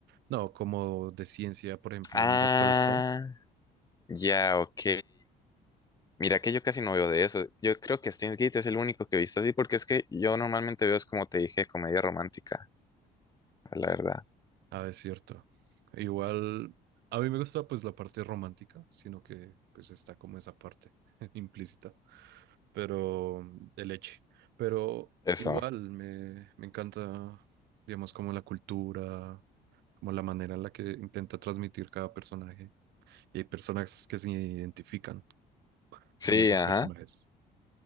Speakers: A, on the right; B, on the left.
A: No, como de ciencia, por ejemplo,
B: Ah,
A: un Doctor Stone.
B: ya, ok. Mira que yo casi no veo de eso. Yo creo que Steins Gate es el único que he visto así, porque es que yo normalmente veo, es como te dije, comedia romántica, la verdad.
A: Ah, es cierto. Igual, a mí me gusta pues la parte romántica, sino que pues está como esa parte <laughs> implícita, pero mm, de leche. Pero
B: Eso.
A: igual me, me encanta, digamos, como la cultura, como la manera en la que intenta transmitir cada personaje. Y hay personas que se identifican.
B: Sí,
A: con esos
B: ajá.
A: personajes.